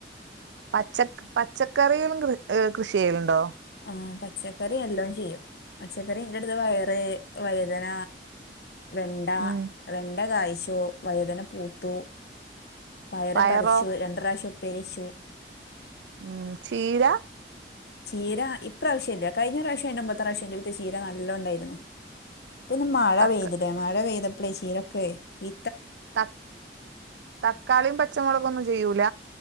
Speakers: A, on the right (about 80°); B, on the left (about 65°).
A: പച്ചക്ക് പച്ചക്കറിയും കൃ കൃഷി ചെയ്യലുണ്ടോ?
B: ആ പച്ചക്കറി എല്ലോം ചെയ്യും. പച്ചക്കറി ന്റടുത്ത് വയറ് വയ്തന വെണ്ട,
A: ഉം
B: വെണ്ട കായ്ച്ചു. വയ്ദന പൂത്തു. പയറ്
A: പയറോ
B: പറിച്ചു. രണ്ട് റാശ്യം ഉപ്പേരിയച്ചു.
A: ഉം ചീരാ
B: ചീര ഇപ്രാവശ്യില്ല കഴിഞ്ഞ പ്രാവശ്യം ഐന്റെ മുമ്പത്തെ പ്രാവശ്യോം ന്റെടുത്ത് ചീര നല്ലോണ്‌ണ്ടായിരുന്നു. പിന്നെ മഴ
A: തക്ക
B: പെയ്തില്ലേ മഴ പെയ്തപ്പളേ ചീരൊക്കെയെ വി
A: തക് തക്കാളിയും പച്ചമുളകൊന്നും ചെയ്യൂല്ല?